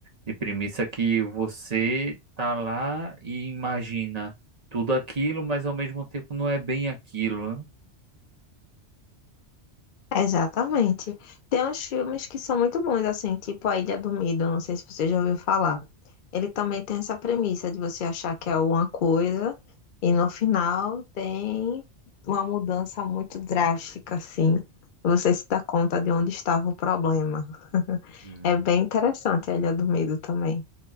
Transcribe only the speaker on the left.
Exatamente. Tem uns filmes que são muito bons, assim, tipo A Ilha do Medo, não sei se você já ouviu falar. Ele também tem essa premissa de você achar que é uma coisa e no final tem uma mudança muito drástica, assim. Você se dá conta de onde estava o problema. <laughs>
É bem interessante a Ilha do Medo também.